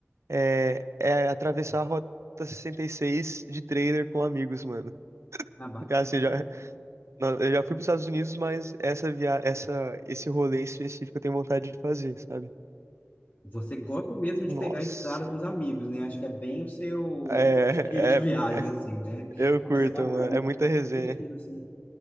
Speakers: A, on the right; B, on the left.
A: é, é atravessar a Rota sessenta e seis de trailer com amigos, mano. <laughs>
B: Ah, bacana.
A: É Assim, eu já, não, eu já fui para os Estados Unidos, mas essa via, essa, esse rolê em específico eu tenho vontade de fazer, sabe?
B: Você gosta mesmo de
A: Nossa.
B: pegar a estrada com os amigos, né? Acho que é bem o seu
A: É,
B: estilo de viagem,
A: é, é-
B: assim, né?
A: eu curto,
B: Ah, mas é bacana,
A: mano. É
B: porque
A: muita
B: é
A: resenha.
B: bem divertido, assim.